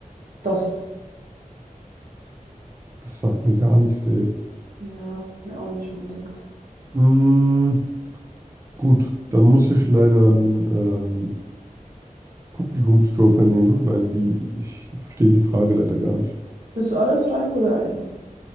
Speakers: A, on the right; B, on the right.
A: Dost.
B: das sagt mir gar nichts, ey.
A: Ja, mir auch nicht unbedingt.
B: Mm, gut, dann muss ich leider einen ähm, Publikumsjoker nehmen, weil die, ich, ich verstehe die Frage leider gar nicht.
A: Willst du alle Fragen oder ein